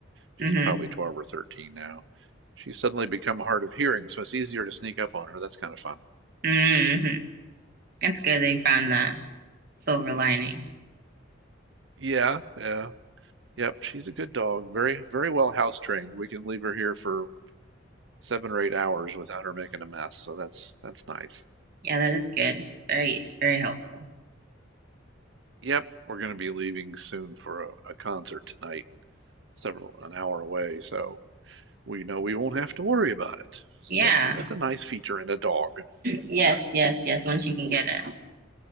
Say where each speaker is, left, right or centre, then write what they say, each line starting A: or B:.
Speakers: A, on the right; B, on the right.
A: she's
B: Mm-hmm.
A: probably 12 or 13 now. She's suddenly become hard of hearing, so it's easier to sneak up on her. That's kind of fun.
B: Mm-hmm. That's good they found the silver lining.
A: Yeah, yeah, yep. She's a good dog. Very, very well house trained. We can leave her here for seven or eight hours without her making a mess. So that's that's nice.
B: Yeah, that is good. Very, very helpful.
A: Yep, we're going to be leaving soon for a, a concert tonight, several an hour away. So we know we won't have to worry about it. So
B: Yeah.
A: that's that's a nice feature in a dog
B: Yes, yes, yes. Once you can get it.